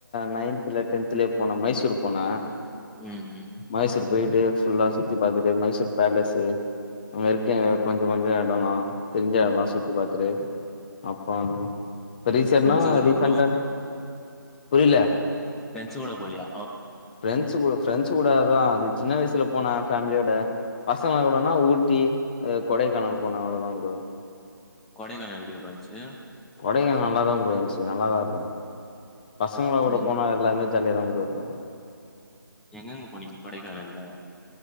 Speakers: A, on the left (about 25°); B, in the centre.
A: நைன்த்துல டென்த்துலயோ போனே மைசூர் போனே
B: ம் ம்
A: மைசூர் போய்ட்டு ஃபுல்லா சுத்தி பாத்துட்டு மைசூர் பேலஸ்ஸு அங்கருக்க
B: ம்
A: கொ ஞ்ச கொஞ்சோ எடொலா தெரிஞ்ச எடலா சுத்தி பாத்துட்டு அப்பா ப்ப ரீசென்னா
B: ஃப்ரெண்ட்ஸ் கூட
A: ரீசென்ட்டான்
B: ப்ரோ
A: புரில
B: ஃப்ரெண்ட்ஸ்ஸு கூட போலயா
A: ஃப்ரெண்ட்ஸ்ஸு கூட ஃப்ரெண்ட்ஸ்ஸு கூடதா அது சின்ன வய்சல போனே ஃபேம்லியோட பசங்க கூடனா ஊட்டி ஆ கொடைக்கானல் போனே அவ்ள தா ப்ரோ
B: கொடைக்கானால் எப்டி ப்ரோ இருன்ச்சு
A: கொடைகானல் நல்லா தா ப்ரோ இன்ச்சு நல்லாதாருக்கு பசங்ளா கூட
B: எங்
A: போனா எல்லாமே ஜாலியா தா ப்ரோ இருக்கு
B: எங்கெங்க போனீங்க கொடைக்கானல்ல